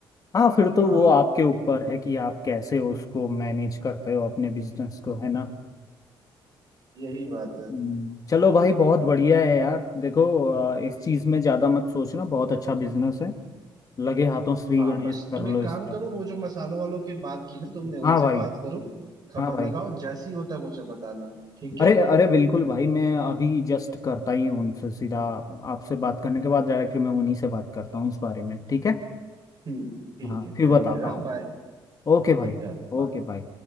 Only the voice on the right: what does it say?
हाँ
यही बात है
हाँ
बस
तुम एक
काम
करो वो जो मसालों वालों के बात की ना तुमने उनसे
बात करो खबर
लगाओ जैसी होता है मुझे बताना ठीक है
ठीक है ठीक
है
चलो
फिर हाँ
बाय
चलो bye।